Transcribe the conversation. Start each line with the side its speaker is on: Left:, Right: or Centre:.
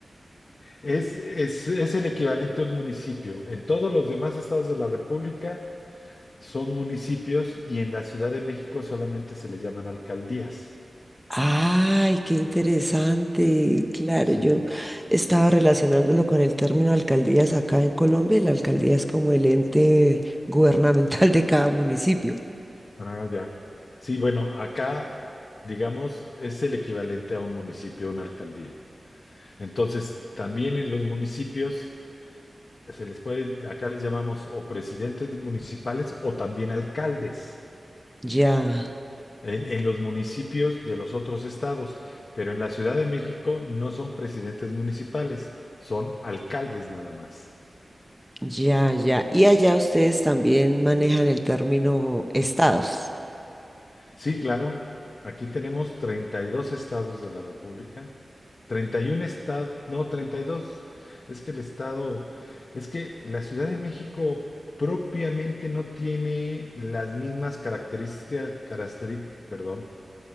Left: Es, es, es el equivalente a un municipio. En todos los demás estados de la República son municipios y en la Ciudad de México solamente se le llaman alcaldías.
Centre: Ay, qué interesante. Claro,
Left: Sí,
Centre: yo estaba relacionándolo con el término alcaldías acá en Colombia. y La alcaldía es como el ente <laughs> gubernamental de cada municipio.
Left: ah, ya. Sí, bueno, acá, digamos, es el equivalente a un municipio, una alcaldía. Entonces, también en los municipios se les puede, acá les llamamos o presidentes municipales o también alcaldes
Centre: Ya,
Left: en, en los municipios de los otros estados. Pero en la Ciudad de México no son presidentes municipales, son alcaldes nada más.
Centre: ya, ya. Y allá ustedes también manejan el término estados.
Left: Sí, claro. Aquí tenemos 32 estados de la República. 31 estados, no, 32. Es que el estado, es que la Ciudad de México propiamente no tiene las mismas características, caracteri- perdón,